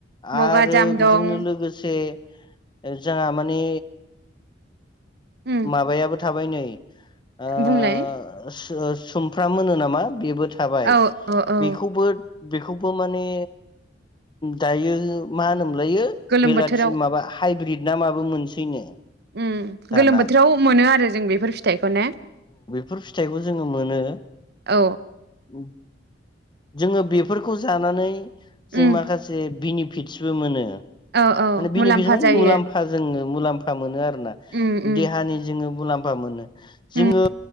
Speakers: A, on the right (about 60°); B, on the left (about 25°).
A: बगाजाम
B: आरो बेजोंनो
A: दं
B: लोगोसे ए जोहा माने
A: उम
B: माबायाबो थाबाय नै। ओ
A: बुंलाय
B: स ओ सुमफ्राम मोनो नामा बेबो थ थाबाय
A: औ औ औ
B: बेखौबो बे खौबो माने दायो मा होनोमोनलायो
A: गोलोम
B: बेलाथि
A: बोथोराव
B: माबा हाइब्रिद ना माबो मोनसैनो।
A: उम।
B: दाना
A: गोलोम बोथोराव मोनो आरो जों बेफोर फिथाइखौ ने?
B: फोर फिथाइखौ जोङो मोनो।
A: औ।
B: उम। जोङो बेफोरखौ जानानै जों
A: उम
B: माखासे बेनि फित्सबो मोनो।
A: औ औ
B: माने <unintelligible>
A: मुलाम्फा जायो
B: मुलाम्फा जोङो मुलाम्फा मोनो आरोना
A: उम उम
B: देहानि जोङो मुलाम्फ बा मोनो जोङो
A: उम